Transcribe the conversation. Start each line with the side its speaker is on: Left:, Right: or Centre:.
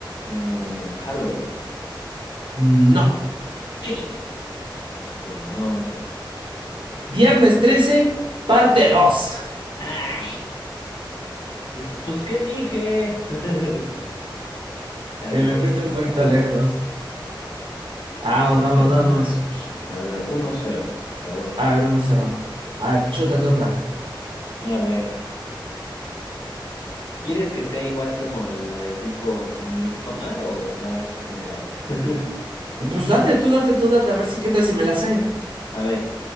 Left: Mm, Halloween.
Right: No.
Left: Chin. Este, no, no sé.
Right: Viernes 13, parte dos.
Left: Ay, pues, pues, ¿qué dije? <laughs> Está
Right: Te
Left: bien,
Right: me fuiste un poquito
Left: está bien.
Right: lejos. Vamos,
Left: Me caes
Right: vamos,
Left: re
Right: vamos.
Left: mal. A ver, uno cero favor tú.
Right: A ver, uno cero. A ver, chútate otra.
Left: A ver. ¿Quieres que sea igual como la de tipo Midsommar o más general? <laughs>
Right: Pues date tú, date tú, date, a ver si qué tal si me la sé.
Left: A ver,